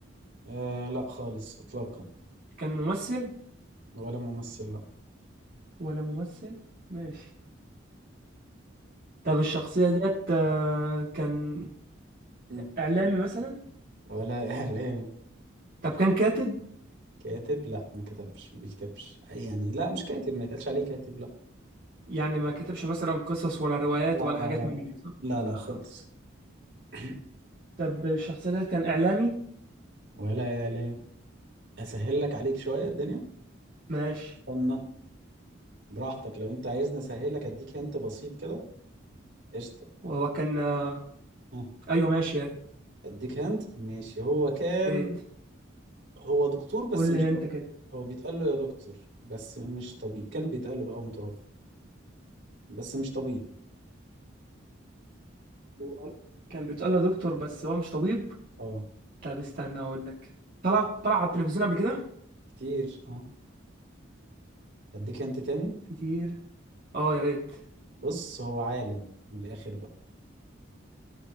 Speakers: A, on the right (about 65°); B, on the right (about 45°).
A: اه لا خالص اطلاقا
B: كان ممثل
A: ولا ممثل لا
B: ولا ممثل ماشي طب الشخصية ديت آه، كان
A: مم.
B: إعلامي مثلا
A: ولا <laughs> اعلام
B: طب كان كاتب
A: كاتب لا ما كتبش ما بيكتبش أي يعني لا مش كاتب ما يتقالش عليه كاتب لا
B: يعني ما كتبش مثلا قصص ولا روايات
A: لا
B: ولا
A: لا
B: حاجات
A: لا لا
B: من دي صح؟
A: لا لا خالص <clears throat>
B: طب الشخصية ديت كان إعلامي
A: ولا اعلام اسهل لك عليك شوية الدنيا
B: ماشي
A: استنى براحتك لو انت عايزني اسهل لك اديك انت بسيط كده قشطة
B: وهو كان آه،
A: ها
B: أيوه ماشي يا
A: اديك هنت ماشي هو كان
B: ريت
A: هو دكتور بس
B: قول
A: مش
B: لي
A: طبيب
B: أنت كده
A: هو بيتقال له يا دكتور بس مش طبيب كان بيتقال له بقى هو متوفى بس مش طبيب
B: هو كان بيتقال له دكتور بس هو مش طبيب
A: اه
B: طب استنى أقول لك طلع طلع على التلفزيون قبل كده
A: كتير اه اديك هنت تاني
B: كتير أه يا ريت
A: بص هو عالم من الاخر بقى